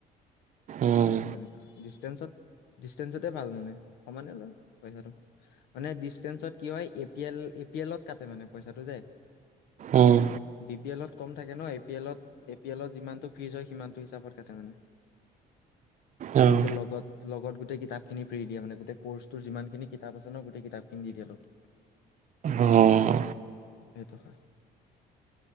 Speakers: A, on the right; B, on the left.
A: উম
B: তেনেকুৱা ডিচটেন্স ডিচটেন্সতে ভাল মানে সমানে লয় পইচাটো। মানে ডিচটেন্সত কি হয়, A P L A P এলত কাট মানে পইচাটো যে,
A: উম
B: বি পি এলত কম থাকে ন, এ পি এলত এ পি এল ত যিমানটো ফিজ হয় সি সিমানটো হিচাপত কাটে মানে,
A: উম
B: কিন্ত লগত লগত গোটেই কিতাপ খিনি ফ্ৰী দিয়ে মানে, গোটেই ক'ৰচ টোৰ যিমানখিনি তাৰপাছত ন গোটেই কিতাপ কিনি দি দিয়ে তোক
A: উম
B: সেইটো হয়